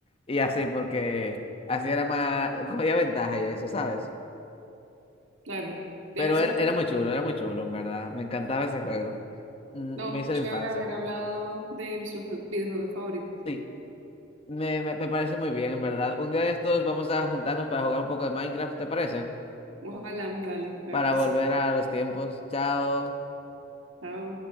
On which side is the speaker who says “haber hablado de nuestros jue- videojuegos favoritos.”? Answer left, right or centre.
Right